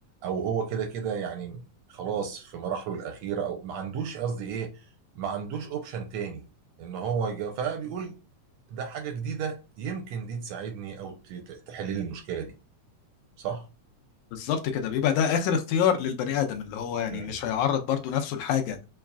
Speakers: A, on the right (about 75°); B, on the left (about 85°).
A: او هو كده كده يعني خلاص في مراحله الاخيره او ما عندوش قصدي ايه ما عندوش اوبشن تاني ان هو يجا- فبيقول ده حاجه جديده يمكن دي تساعدني او ت- ت- تحل لي المشكله دي صح؟
B: بالظبط كده بيبقى ده اخر اختيار للبني ادم اللي هو يعني
A: امم
B: مش هيعرض برضه نفسه لحاجه